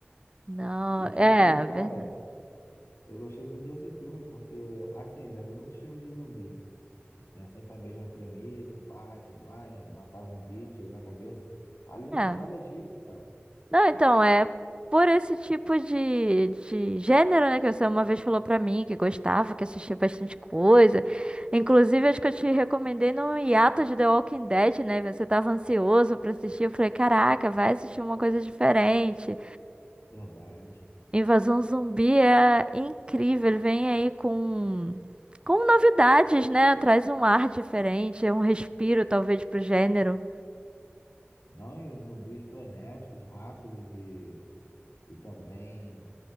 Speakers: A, on the right; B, on the left.
A: Não,
B: E tipo,
A: é,
B: cara.
A: verdade.
B: Eu gostei muito desse filme porque, assim, eu já vi muitos filmes de zumbi, né? Sempre a mesma premissa, pai, tudo mais, né? Matar zumbi, tiro na cabeça. Ali não
A: É.
B: tinha nada disso, cara.
A: Não, então, é por esse tipo de, de gênero, né? Que você uma vez falou pra mim que gostava, que assistia bastante coisa. Inclusive, acho que eu te recomendei no hiato de The Walking Dead, né? Você tava ansioso pra assistir. Eu falei, caraca, vai assistir uma coisa diferente.
B: Verdade.
A: Invasão Zumbi é incrível. Ele vem aí com, com novidades, né? Traz um ar diferente, é um respiro, talvez, pro gênero.
B: Não, e os zumbis frenéticos, rápidos e, e também